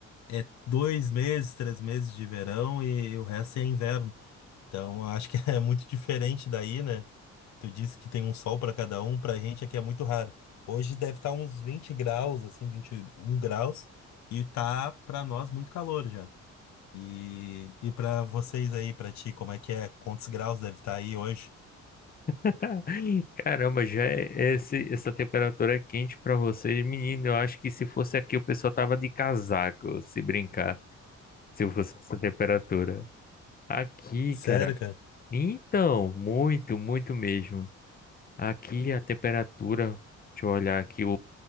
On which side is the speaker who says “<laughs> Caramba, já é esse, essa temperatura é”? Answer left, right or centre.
Left